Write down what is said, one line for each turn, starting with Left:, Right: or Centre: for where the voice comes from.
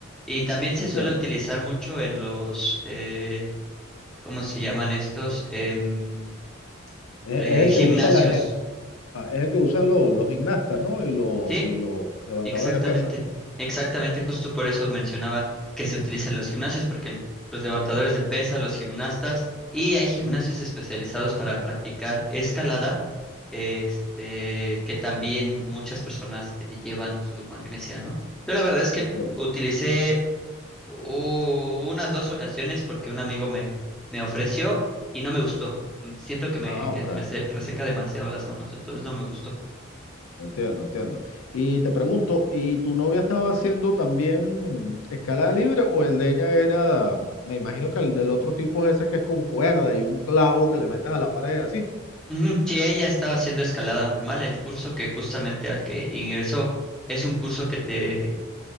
Centre: Y también se
Left: Entiendo.
Centre: suele utilizar mucho en los, eh, ¿cómo se llaman estos? Em,
Left: Es,
Centre: eh,
Left: es el
Centre: gimnasios,
Left: que usa la gente, es el que usan los, los gimnastas, ¿no? Y, los
Centre: ¿sí?
Left: y los levantadores
Centre: Exactamente,
Left: de pesas.
Centre: exactamente, justo por eso mencionaba que se utilizan los gimnasios, porque en- los levantadores de pesa, los gimnastas, y hay gimnasios
Left: Ujú,
Centre: especializados para practicar escalada, este, que también muchas personas eh, llevan su magnesia, ¿no? Yo la verdad es que
Left: Entiendo.
Centre: utilicé u- unas dos ocasiones porque un amigo me, me ofreció y no me gustó. Mm, Siento que me,
Left: Ah,
Centre: que
Left: ok.
Centre: me se- reseca demasiado las manos, entonces no me gustó.
Left: Entiendo, entiendo. Y te pregunto, ¿y tu novia estaba haciendo también escalada libre o el de ella era, me imagino que el del otro tipo es ese que es con cuerda y un clavo que le metes a la pared así?
Centre: Ujú, Sí, ella estaba haciendo escalada normal. El curso que justamente al que ingresó es un curso que te,